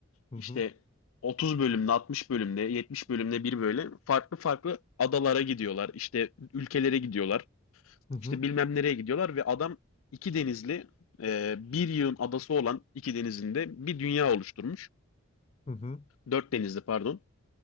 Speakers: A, on the left; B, on the left.
A: Hı
B: işte
A: hı.
B: 30 bölümde, 60 bölümde, 70 bölümde bir böyle farklı farklı adalara gidiyorlar. işte ülkelere gidiyorlar.
A: Hı hı.
B: işte bilmem nereye gidiyorlar ve adam iki denizli e, bir yığın adası olan iki denizinde bir dünya oluşturmuş.
A: Hı hı.
B: Dört denizli pardon.